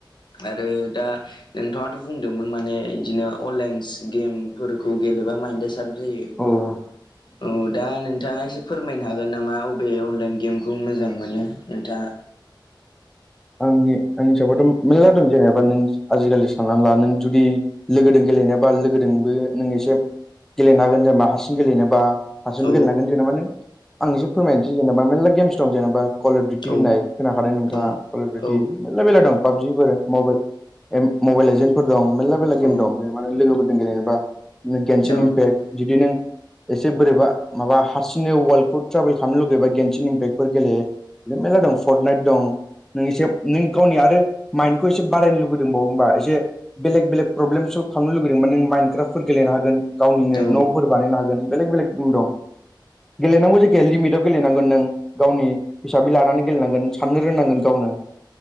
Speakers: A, on the left; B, in the centre.
A: आरो दा नोंथाङाथ' बुंदोंमोन माने इदिनो अनलाइनस गेम फोरफोरखौ गेलेबा माइनडआ थाब जायो।
B: औ
A: औ दा नोंथाङा एसे फोरमायनो हागोन नामा बबे अनलाइन गेमखौ मोजां मोनो नोंथाङा?
B: आंनि आंनि हिसाबावथ' मेरला दं जेनेबा नों आजिखालि साननानै ला नों जुदि लोगोदों गेलेनोबा लोगोदोंबो नों एसे गेलेनो हागोन जेनेबा हारसिं गेलेनो बा हारसिंबो
A: औ
B: गेलेनो हागोन जेनेबाानो आं एसे फोरमायनोसै जेनेबा मेरला गेमस दं जेनेबा कवलिडटि
A: औ
B: होननाय खोनाखादों नोंथाङा?
A: औ
B: कल अफदिउटि
A: औ
B: मेर मेरला दं पाबजिफोर मबेल एम मबाइल लेजेन। फोर दं मेरला मेरला
A: औ
B: गेम दं जेनेबा लोगोफोरजों गेलेनोबा गेेनसेनो
A: औ
B: बेक्ट जुदि नों एसे बोरै बा माबा हारसिंनो वर्ल्डखौ ट्रेभेल खालामनो लुुबैबा गेनसेनो बेक्टफोर गेलेयो <inaudible> मेरला दं फर्ट नाइट दं। नों एसे नों गावनि आरो माइन्दखौ एसे बारायनो लुुबैदोंबावो होमबावोमोनबा एसे बेलेग बेलेग प्रब्लेमल्भनो लुगैदोंब नों माइनड्राख्राफोर गेलेनो हागोन। गावनिनो
A: औ ओं औ
B: न'फोर बानायनो हागोन बेलेग बेलेग <inaudible> दं गेलेनांगौ जेखिया लिमिटाव गेलेनांगोन नों। गावनि हिसाबै लानानै गेलेनांगोन साननो रोंनांगोन गावनो।